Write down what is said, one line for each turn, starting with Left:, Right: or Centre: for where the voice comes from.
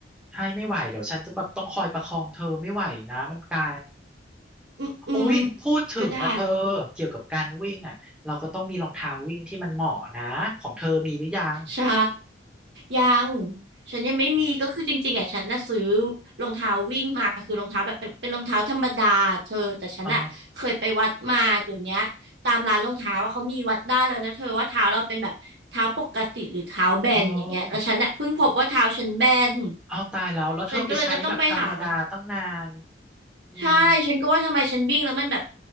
Centre: ใช่ไม่ไหวเดี๋ยวฉันจะแบบต้องคอยประคองเธอไม่ไหวนะมันไกล
Right: อืมอืม
Centre: อุ๊ยพูดถึงนะเธอ
Right: ก็ได้
Centre: เกี่ยวกับการวิ่งอ่ะเราก็ต้องมีรองเท้าวิ่งที่มันเหมาะนะของเธอมีหรือยัง
Right: ใช่ยังฉันยังไม่มีก็คือจริงๆอ่ะฉันน่ะซื้อรองเท้าวิ่งมาคือรองเท้าแบบเป็นเป็นรองเท้าธรรมดาเธอแต่ฉันอ่ะเคยไปวัดมาเดี๋ยวเนี้ยตามร้านรองเท้าว่าเขามีวัดได้เลยนะเธอว่าเท้าเราเป็นแบบเท้าปกติหรือเท้าแบนอย่างเงี้ยแล้วฉันน่ะเพิ่งพบว่าเท้าฉันแบน
Centre: เออเออเอาตายแล้วแล้วเธอไปใช้แบบธรรมดาตั้งนาน
Right: ฉันก็เลยจะต้องไปหา
Centre: อืม
Right: ใช่ฉันก็ว่าทำไมฉันวิ่งแล้วมันแบบ